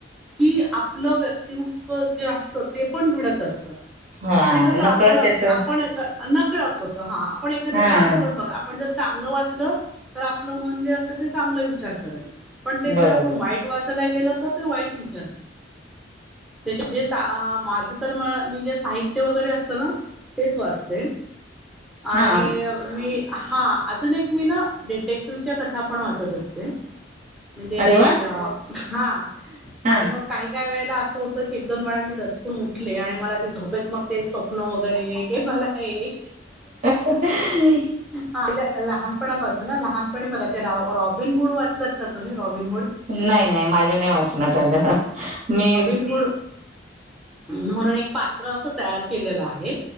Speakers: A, in the centre; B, on the right (about 40°).
A: कि आपलं व्यक्तिमत्व जे असतं ते पण घडत असतं
B: हा
A: म्हणजे कसं
B: नकळत
A: आपण
B: त्याच
A: आपण नकळत होत हा आपण एखाद्याच
B: हा
A: अनुकरण बघा पण जर चांगलं वाचलं तर आपलं मन जे असतं ते चांगलं विचार करेल पण ते जर
B: बरोबर
A: आपण वाईट वाचायला गेलं तर ते वाईट विचार त्याच्या जे माझं तर मग मी जे साहित्य वगैरे असतं ना तेच वाचते आणि
B: हा
A: अ मी हा अजून एक मी ना डिटेक्टिव्हच्या कथा पण वाचत असते म्हणजे
B: अरे वा
A: हा
B: हा
A: आणि मग काही काही वेळेला अस अस होतं की एक दोन वेळा मी दचकून उठले आणि मला ते झोपेत मग ते स्वप्न वगैरे हे मला आहे
B: कुठे आहे मी
A: हा लहानपणापासून ना लहानपणी बघा ते रॉबिन हुड वाचलात का तुम्ही रॉबिनहूड?
B: नाही नाही माझ्या नाही वाचना आलं मी
A: मूड म्हणून एक पात्र असं तयार केलेलं आहे